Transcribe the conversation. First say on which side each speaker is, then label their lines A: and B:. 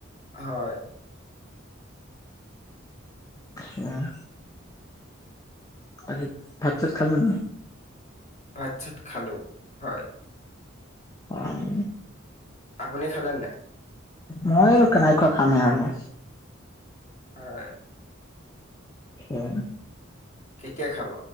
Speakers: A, on the left; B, on the left.
A: হয়।
B: উম। আৰে ভাত চাট খালা নাই
A: ভাত চাত খালো। হয়
B: পাই
A: আপুনি খালে নাই?
B: মই কেনেকুৱা খামেই আৰু
A: হয়
B: অ।
A: কেতিয়া খাব